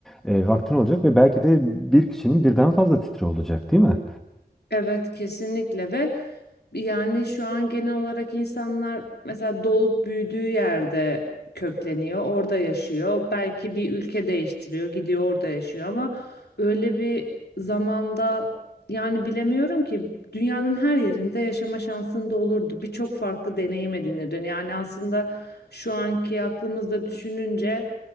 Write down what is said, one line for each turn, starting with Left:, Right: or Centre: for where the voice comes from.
Centre: e, vaktin olacak ve belki de bir kişinin birden fazla titri olacak, değil mi?
Left: Evet kesinlikle ve yani şu an genel olarak insanlar mesela doğup büyüdüğü yerde kökleniyor, orada yaşıyor. Belki bir ülke değiştiriyor, gidiyor orada yaşıyor ama öyle bir zamanda yani bilemiyorum ki dünyanın her yerinde yaşama şansın da olurdu. Birçok farklı deneyim edinirdin. Yani aslında şu anki aklımızda düşününce